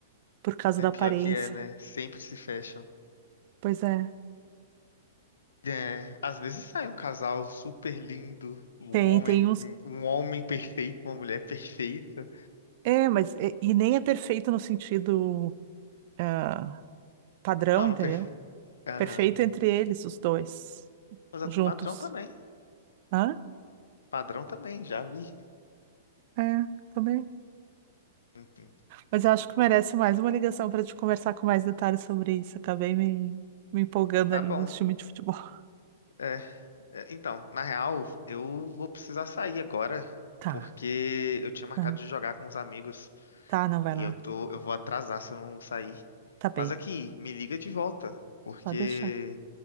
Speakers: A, on the right; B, on the left.
A: Por causa
B: É
A: da
B: pior
A: aparência.
B: que é, né? Sempre se fecham.
A: Pois é,
B: É, às vezes sai um casal super lindo, um
A: tem,
B: homem,
A: tem uns.
B: um homem perfeito, uma mulher perfeita.
A: É, mas e, e nem é perfeito no sentido ah, padrão,
B: Não,
A: entendeu?
B: não perfeito. Aham.
A: Perfeito entre eles, os dois,
B: Mas é
A: juntos.
B: padrão também.
A: Hã?
B: Padrão também, já vi.
A: É, também.
B: Enfim,
A: Mas eu acho que merece mais uma ligação para te conversar com mais detalhes sobre isso. Acabei me, me empolgando
B: Tá
A: ali
B: bom.
A: no time de futebol. <laughs>
B: É, é, então, na real, eu vou precisar sair agora,
A: Tá,
B: porque eu tinha marcado
A: tá,
B: de jogar com os amigos.
A: tá, não vai
B: E
A: lá.
B: eu tô, eu vou atrasar se eu não sair.
A: Tá bem,
B: Mas aqui, me liga de volta, porque
A: pode deixar.